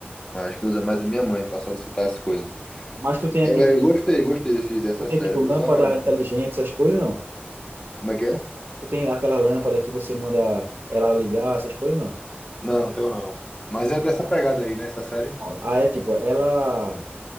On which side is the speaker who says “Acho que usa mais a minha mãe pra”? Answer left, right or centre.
Left